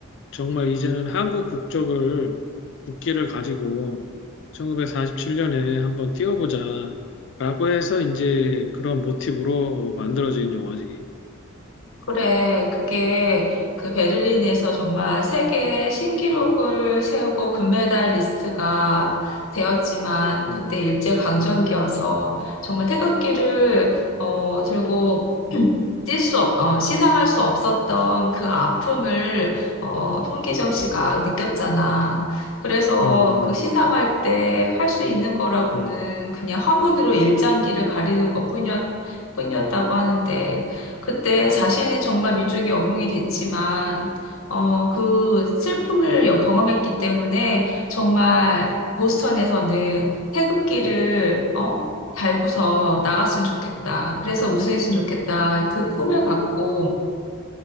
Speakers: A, on the left (about 60°); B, on the left (about 80°).
A: 정말 이제는 한국 국적을 국기를 가지고 1947년에 한번 뛰어보자. 라고 해서 이제 그런 모티브로 만들어진 영화지.
B: 그래, 그게 그 베를린에서 정말 세계 신기록을 세우고 금메달 리스트가 되었지만
A: 음,
B: 그때 일제강점기여서
A: 음.
B: 정말 태극기를 어, 들고 <clears throat> 뛸 수, 없, 어, 시상할 수 없었던 그 아픔을 어, 손기정 씨가 느꼈잖아. 그래서
A: 음,
B: 그 시상할 때 할 수 있는 거라고는
A: 음,
B: 그냥 화분으로 일장기를 가리는 것뿐이었, 뿐이었다고 하는데 그때 자신이 정말 민족의 영웅이 됐지만, 어, 그 슬픔을 여- 경험했기 때문에 정말 보스턴에서는 태극기를, 어, 달고서 나갔으면 좋겠다. 그래서 우승했으면 좋겠다. 그 꿈을 갖고